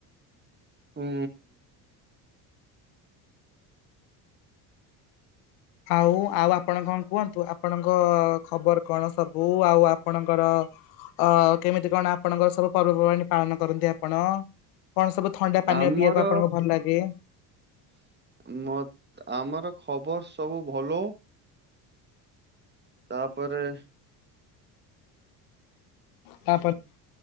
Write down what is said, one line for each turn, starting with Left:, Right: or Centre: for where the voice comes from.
Right: ହୁଁ।
Left: ଆଉ ଆଉ ଆପଣ କଣ କୁହନ୍ତୁ? ଆପଣଙ୍କ ଖବର କଣ ସବୁ? ଆଉ ଆପଣଙ୍କର ଅ କେମିତି କଣ ଆପଣଙ୍କ ସବୁ ପର୍ବପର୍ବାଣି ପାଳନ କରନ୍ତି ଆପଣ? କଣ ସବୁ ଥଣ୍ଡା ପାନୀୟ
Right: ଆମର
Left: ପିବାକୁ ଆପଣଙ୍କୁ ଭଲ ଲାଗେ?
Right: <inaudible> ମତ୍ ଆମର ଖବର ସବୁ ଭଲ। ତାପରେ
Left: ତାପରେ